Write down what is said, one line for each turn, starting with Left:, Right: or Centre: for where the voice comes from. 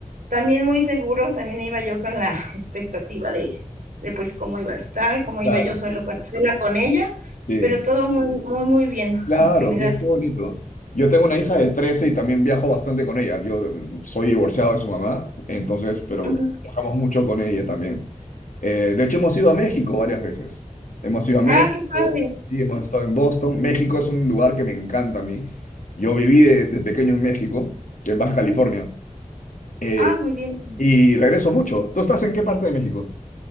Right: También muy seguro, también iba yo con la expectativa de, de pues cómo iba a estar, cómo
Left: claro.
Right: iba yo solo con, sola con ella,
Left: Sí,
Right: pero todo muy, muy, muy bien
Left: claro,
Right: en general.
Left: qué, qué bonito. Yo tengo una hija de 13 y también viajo bastante con ella. Yo mm, soy divorciado de su mamá, entonces, pero
Right: Ujú.
Left: viajamos mucho con ella también. Eh, de hecho, hemos ido a México varias veces. Hemos ido a México
Right: Ah, qué padre.
Left: y hemos estado en Boston. México es un lugar que me encanta a mí. Yo viví de, de pequeño en México, en Baja California, eh,
Right: Ah, muy bien.
Left: y regreso mucho. ¿Tú estás en qué parte de México?